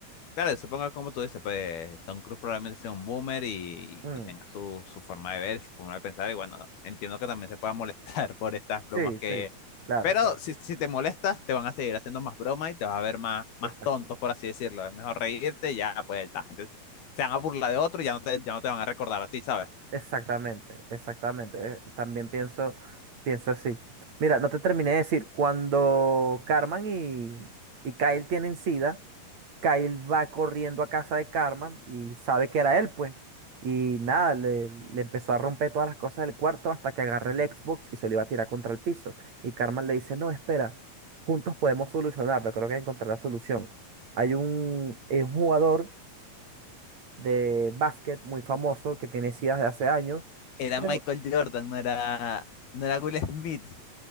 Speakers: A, on the left; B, on the right.
A: Claro, supongo que como tú dices, pues Tom Cruise probablemente sea un boomer y,
B: Mm,
A: y tenga su, su forma de ver, su forma de pensar, y bueno, entiendo que también se pueda molestar <laughs> por estas bromas
B: sí, sí,
A: que...
B: claro,
A: Pero
B: claro,
A: si, si te molestas, te van a seguir haciendo más bromas y te vas a ver más, más
B: exacto.
A: tontos, por así decirlo. Es mejor reírte, ya pues la gente se van a burlar de otro y ya no te, ya no te van a recordar a ti, ¿sabes?
B: Exactamente, exactamente. eh, También pienso, pienso así. Mira, no te terminé de decir, cuando Carmen y, y Kyle tienen SIDA, Kyle va corriendo a casa de Carmen y sabe que era él, pues. Y nada, le, le empezó a romper todas las cosas del cuarto hasta que agarra el Xbox y se lo iba a tirar contra el piso. Y Carmen le dice, no, espera, juntos podemos solucionarlo, creo que encontrar la solución. Hay un, es un jugador de básquet muy famoso que tiene SIDA de hace años,
A: Era
B: pero
A: Michael Jordan, no era, no era Will Smith